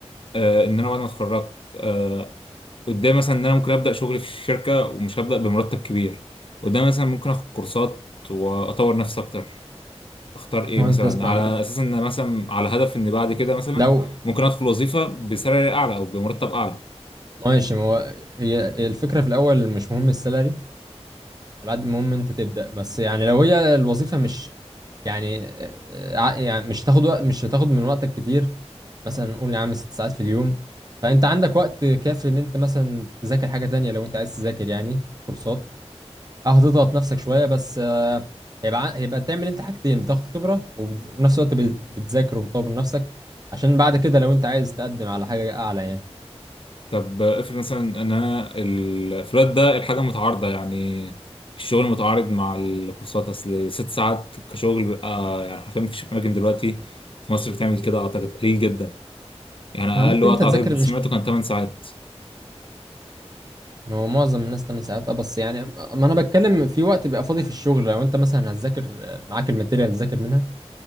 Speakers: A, on the left; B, on the right.
A: آه ان انا بعد ما اتخرجت آه قدامي مثلا ان انا ممكن ابدا شغل في الشركة ومش هبدا بمرتب كبير قدامي مثلا ممكن اخد كورسات واطور نفسي اكتر اختار ايه
B: ما
A: مثلا
B: هو انت اسمع
A: على
B: ما...
A: اساس ان مثلا على هدف ان بعد كده مثلا
B: لو
A: ممكن ادخل وظيفه بسالري اعلى او بمرتب اعلى
B: ماشي ما هو هي هي الفكره في الاول مش مهم السالري على قد المهم انت تبدأ بس يعني لو هي الوظيفة مش يعني آه، ع- يعني مش هتاخد وقت مش هتاخد من وقتك كتير مثلا نقول يا عم ست ساعات في اليوم فانت عندك وقت كافي ان انت مثلا تذاكر حاجة تانية لو انت عايز تذاكر يعني كورسات اه هتضغط نفسك شوية بس آه، هيبقى ع- هيبقى تعمل انت حاجتين بتاخد خبرة وبت- وفي نفس الوقت بت- بتذاكر وبتطور من نفسك عشان بعد كده لو انت عايز تقدم على حاجة اعلى يعني
A: طب افرض مثلا ان انا الفلات ده الحاجه متعارضه يعني الشغل متعارض مع الكورسات اصل ست ساعات كشغل بيبقى يعني حرفيا مفيش اماكن دلوقتي في مصر بتعمل كده اعتقد قليل جدا يعني اقل
B: ما ممكن
A: وقت
B: انت تذاكر
A: اعتقد
B: مش
A: سمعته كان 8 ساعات
B: هو معظم الناس 8 ساعات اه بس يعني ما انا بتكلم في وقت بيبقى فاضي في الشغل لو انت مثلا هتذاكر آه، معاك الماتيريال تذاكر منها